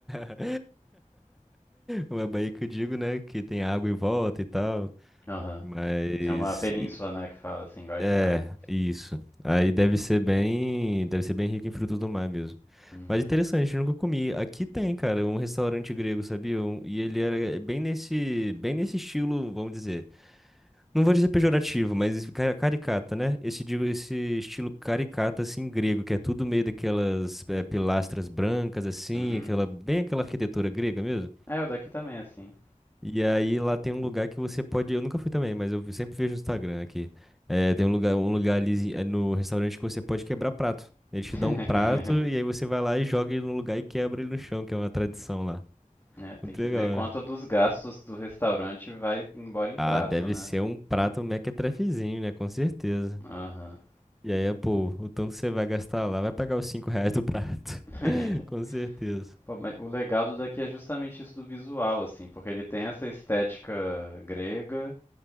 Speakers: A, in the centre; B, on the left.
A: <laughs> Uma baía que eu digo, né? Que tem água em volta e tal.
B: Aham.
A: Mas,
B: É uma península,
A: e-
B: né, que fala assim, igual a Itália.
A: é, isso. Aí deve ser bem, deve ser bem rico em frutos do mar mesmo.
B: Uhum.
A: Mas interessante, eu nunca comi. Aqui tem, cara, um restaurante grego, sabia? Um- e ele era bem nesse, bem nesse estilo, vamos dizer. Não vou dizer pejorativo, mas ca- caricata, né? Esse, digo- esse estilo caricata, assim, grego, que é tudo meio daquelas eh, pilastras brancas, assim,
B: Uhum.
A: aquela, bem aquela arquitetura grega mesmo.
B: É, o daqui também é assim.
A: E aí lá tem um lugar que você pode. Eu nunca fui também, mas eu sempre vejo no Instagram aqui. Eh, tem um lugar, um lugar ali eh, no restaurante que você pode quebrar prato. Eles te
B: <laughs>
A: dão um prato e aí você vai lá e joga ele no lugar e quebra ele no chão, que é uma tradição lá.
B: É, tem
A: Muito
B: que
A: legal,
B: ver quanto
A: né?
B: dos gastos do restaurante vai embora em prato,
A: Ah, deve
B: né?
A: ser um prato mequetrefezinho, né? Com certeza.
B: Aham.
A: E aí, pô, o tanto que você vai gastar lá vai pagar os 5 reais do prato.
B: <laughs>
A: <laughs> Com certeza.
B: Pô, mas o legal do daqui é justamente isso do visual, assim, porque ele tem essa estética grega